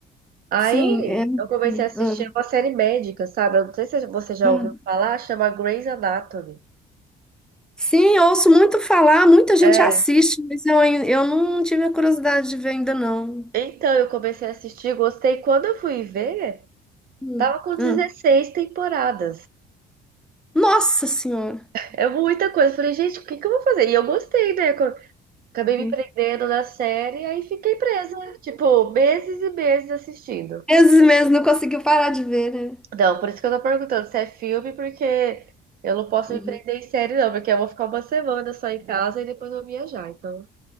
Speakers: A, on the right; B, in the centre.
A: Aí
B: sim, é. é,
A: eu comecei
B: hum,
A: a assistir uma série médica, sabe? Eu não sei se você já
B: hum.
A: ouviu falar, chama Grey's Anatomy.
B: Sim, eu ouço muito falar, muita gente
A: É.
B: assiste, mas eu, ain- eu não tive a curiosidade de ver ainda não.
A: Então eu comecei a assistir, gostei. Quando eu fui ver.
B: Hum.
A: Tava com 16
B: Ah.
A: temporadas.
B: Nossa Senhora!
A: É muita coisa. Eu Falei, gente, o que que eu vou fazer? E eu gostei, né? Co- Acabei
B: Uhum.
A: me prendendo na série, aí fiquei presa. Tipo, meses e meses assistindo.
B: 13 meses não conseguiu parar de ver, né?
A: Não, por isso que eu tô perguntando se é filme, porque eu não posso
B: Uhum,
A: me prender em série, não. Porque eu vou ficar uma semana só em casa e depois vou viajar. Então, não